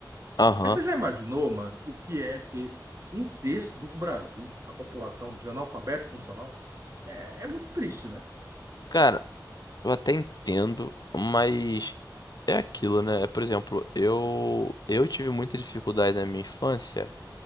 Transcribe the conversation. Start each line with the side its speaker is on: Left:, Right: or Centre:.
Left: aham.
Right: mas você já imaginou, mano, o que é ter um terço do Brasil, a população de analfabeto funcional? É, é muito triste, né?
Left: Cara, Eu até entendo, mas é aquilo, né? Por exemplo, eu eu tive muita dificuldade na minha infância